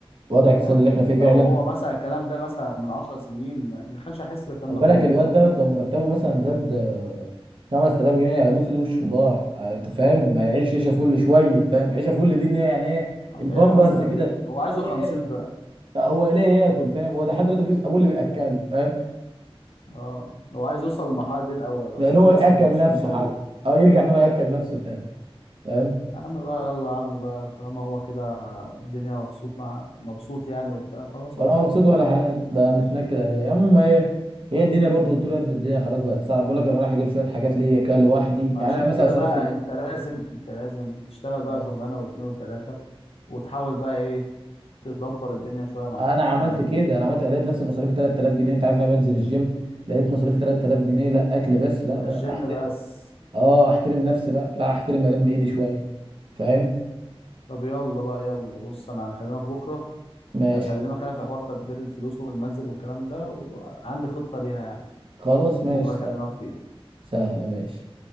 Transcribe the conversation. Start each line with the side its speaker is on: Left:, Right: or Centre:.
Right: الوضع الاقتصادي
Left: يعني
Right: اللي احنا فيه
Left: لو
Right: فعلا
Left: هو مثلا الكلام ده مثلا من 10 سنين ما ما كانش هيحس بالكلام
Right: خد
Left: ده
Right: بالك
Left: كله
Right: الواد دوت لو مرتبه مثلا زاد آه، 5000 جنيه هيبوس ايده وشه ضار آه، انت فاهم هيعيش عيشه فل شويه فاهم عيشه فل دي ان هي يعني ايه
Left: يا عم
Right: البامبرز
Left: ايه 5000
Right: كده
Left: ده ايه هو عايزه
Right: يلاقي
Left: 50
Right: ياكل
Left: ضعف
Right: آه، هو يلاقي ياكل فاهم هو ده حد دلوقتي بيس ابوه اللي بياكله فاهم
Left: اه هو عايز يوصل للمرحله دي الاول اصلا
Right: لان هو
Left: هو
Right: ياكل
Left: لسه في السلمه
Right: نفسه
Left: دي
Right: حتى اه يرجع ان هو ياكل نفسه تاني فاهم
Left: يا عم بقى يلا يا عم بقى طالما هو كده الدنيا مبسوط مع مبسوط يعني وبتاع خلاص
Right: ولا
Left: هو حر
Right: مبسوط ولا حاجه ده متنكد عليا المهم ايه هي الدنيا برضو قلت له يا ابني الدنيا خلاص بقت صعب بقول لك انا رايح اجيب شويه حاجات ليا كده لوحدي
Left: عشان
Right: يعني انا مثلا
Left: كده
Right: مصاريفي
Left: بقى انت لازم انت لازم تشتغل بقى
Right: اه
Left: شغلانه واثنين وثلاثه وتحاول بقى ايه تدبر الدنيا شويه معايا
Right: انا عملت
Left: معايا
Right: كده انا عملت لقيت نفسي مصاريفي 3000 جنيه انت عارف إن انا بنزل الجيم لقيت مصاريفي 3000 جنيه لا اكل بس لا
Left: ده
Right: لا
Left: الجيم
Right: احترم
Left: بس
Right: اه احترم نفسي بقى لا احترم الم ايدي شويه فاهم
Left: طب يلا بقى يلا بص انا هكلمك بكره
Right: ماشي
Left: ده اكلمك انا في حوار تدبير الفلوس والمنزل والكلام ده وعندي خطه ليها يعني
Right: خلاص ماشي
Left: بكره اكلمك فيها
Right: سهله ماشي